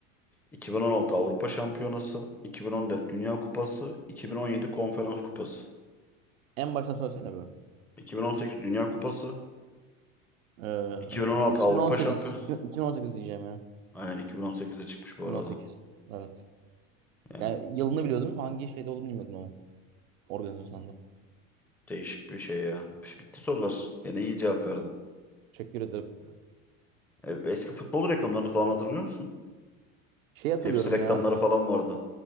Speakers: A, in the centre; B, on the right (about 80°).
A: 2016 Avrupa Şampiyonası, 2014 Dünya Kupası, 2017 Konferans Kupası.
B: En baştan söylesene bu.
A: 2018 Dünya Kupası,
B: Ee,
A: 2016
B: 2018.
A: Avrupa Şampiyonası.
B: 2018 diyeceğim ya.
A: Aynen 2018'de çıkmış bu
B: 2018.
A: arada.
B: Evet.
A: Yani
B: Yani yılını biliyordum. Hangi şeyde olduğunu bilmiyordum ama. Organizasyonda.
A: değişik bir şey ya. Bitti sorular. Yine iyi cevap verdin.
B: Teşekkür ederim.
A: E, Eski futbol reklamlarını falan hatırlıyor musun?
B: Şey hatırlıyorum
A: Pepsi reklamları
B: ya.
A: falan vardı.